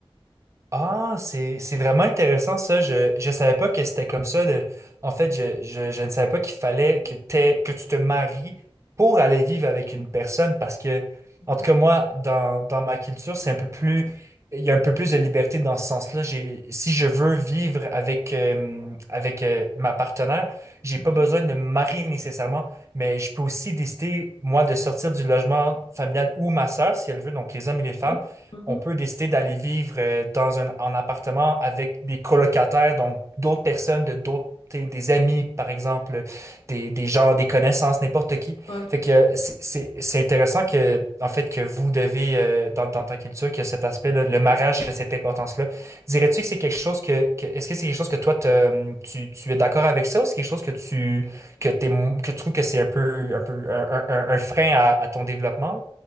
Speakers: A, on the right; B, on the left.
A: Ah, c'est c'est vraiment intéressant ça. Je je savais pas que c'était comme ça. de- En fait, je, je, je ne savais pas qu'il fallait que t'aies- que tu te maries pour aller vivre avec une personne parce que
B: Mhm.
A: en tout cas moi dans, dans ma culture c'est un peu plus il y a un peu plus de liberté dans ce sens-là. J'ai si je veux vivre avec euh, avec euh, ma partenaire, j'ai
B: Mhm.
A: pas besoin de me marier nécessairement, mais je peux aussi décider moi de sortir du logement familial ou ma sœur si elle veut donc les hommes et les femmes
B: Oui. Mhm.
A: on peut décider d'aller vivre euh, dans un en appartement avec des colocataires, donc d'autres personnes, de d'autres des des amis, par exemple, des, des gens, des connaissances, n'importe qui.
B: Ouais.
A: Fait que euh, c'est c'est- c'est intéressant que, en fait, que vous devez, euh, dans, dans ta culture, que cet aspect-là, le mariage, a cette importance-là. Dirais-tu que c'est quelque chose que, que- est-ce que c'est quelque chose que toi, te- tu, tu es d'accord avec ça ou c'est quelque chose que tu, que t'es, que tu trouves que c'est un peu, un peu, un, un- un- frein à, à ton développement?